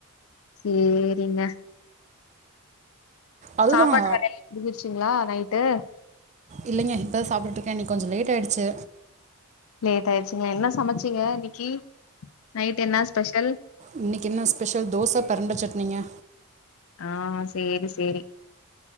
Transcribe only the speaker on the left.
சேரிங்க
சாப்பாட்டு வேல எல்லா முடுஞ்சுருச்ங்ளா நைட்டு
லேட் ஆய்டுச்சுங்க என்ன சமச்சீங்க இன்னக்கி நைட் என்ன ஸ்பெஷல்
ஆ சேரி சேரி